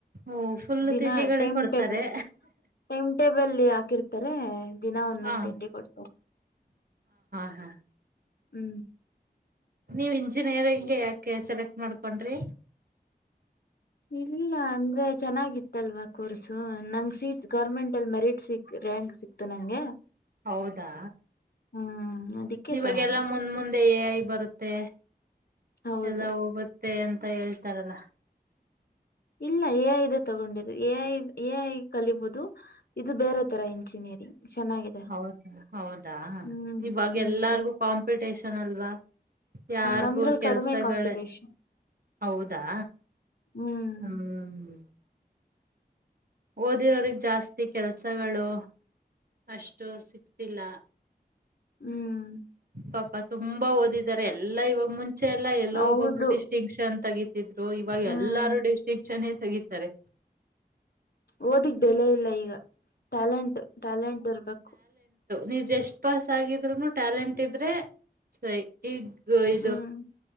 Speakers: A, on the right; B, on the left.
A: ಓ ಫುಲ್
B: ದಿನ
A: ತಿಂಡಿಗಳೇ
B: ಟೈಮ್
A: ಕೊಡ್ತಾರೆ
B: ಟೇಬಲ್ ಟೈಮ್ ಟೇಬಲ್ ಹಾಕಿರ್ತಾರೆ ದಿನಾ ಒಂದೊಂದು
A: ಹಾ
B: ತಿಂಡಿ ಕೊಡ್ತಾರೆ.
A: ಹ
B: ಹ್ಮ್
A: ನೀವ ಇಂಜಿನಿಯರಿಂಗ್ಗೆ ಯಾಕೆ ಸೆಲೆಕ್ಟ್ ಮಾಡ್ಕೊಂಡ್ರಿ
B: ಇಲ್ಲ ಅಂದ್ರೆ ಚೆನ್ನಾಗಿತ್ತಲ್ವಾ ಕೋರ್ಸು ನಂಗೆ ಸೀಟ್ ಗೌರ್ಮೆಂಟ್ ಅಲ್ಲಿ ಮೆರಿಟ್ ಸಿ ರಂಕ್ ಸಿಕ್ತು ನಂಗೆ
A: ಹೌದಾ
B: ಹ್ಮ್ ಅದಕ್ಕೆ
A: ಇವಾಗೆಲ್ಲಾ
B: ತಗೊಂಡೆ
A: ಮುಂದ್ ಮುಂದೆ ಎ ಐ ಬರುತ್ತೆ
B: ಹೌದು
A: ಎಲ್ಲ ಹೋಗುತ್ತೆ ಅಂತ ಹೇಳ್ತಾರಲ್ಲ
B: ಇಲ್ಲ ಎ ಐ ಇದದೆ ತಗೊಂಡಿದೆ ಎ ಐ ಎ ಐ ಕಲಿಬಹುದು ಇದು ಬೇರೆ ತರ ಇಂಜಿನಿಯರಿಂಗ್ ಚೆನ್ನಾಗಿದೆ
A: ಹೌದಾ ಹೌದಾ
B: ಹ್ಮ್
A: ಇವಾಗ
B: ಹ್ಮ್
A: ಎಲ್ಲಾರ್ಗು ಕಾಂಪಿಟಷನ್ ಅಲ್ವಾ ಯಾರಿಗೂ
B: ನಮ್ದ್ರಲ್ಲಿ
A: ಕೆಲ್ಸಗಳ
B: ಕಡಿಮೆ ಕಾಂಪಿಟೇಷನ್
A: ಹೌದಾ
B: ಹ್ಮ್
A: ಹ್ಮ ಹ್ಮ್ ಓದಿರೋರಗ್ ಜಾಸ್ತಿ ಕೆಲ್ಸಗಳು ಅಷ್ಟು ಸಿಕ್ತಿಲ್ಲ
B: ಹ್ಮ್
A: ಪಾಪ ತುಂಬಾ ಓದಿದ್ ಇದಾರೆ ಎಲ್ಲಾ ಇವಾಗ ಮುಂಚೆ ಎಲ್ಲ ಎಲ್ಲೋ
B: ಹೌದು
A: ಒಬ್ಬೊಬ್ರು ಡಿಸ್ಟಿಂಕ್ಷನ್ ತಗ <inaudible> ಇದ್ರು ಇವಾಗ
B: ಹ್ಮ್
A: ಎಲ್ಲಾರೂ ಡಿಸ್ಟಿಂಕ್ಷನ್ ತತಾರೆ
B: ಓದಿಗೆ ಬೆಲೆ ಇಲ್ಲ ಈಗ ಟ್ಯಾಲೆಂಟ್ ಟ್ಯಾಲೆಂಟ್ ಇರ್ಬೇಕು
A: ನೀ ಜಸ್ಟ್ ಪಾಸ್ ಆಗಿದ್ರುನು ಟ್ಯಾಲೆಂಟ್ ಇದ್ರೆ ಸರಿ ಈಗ ಗೈದ
B: ಹ್ಮ್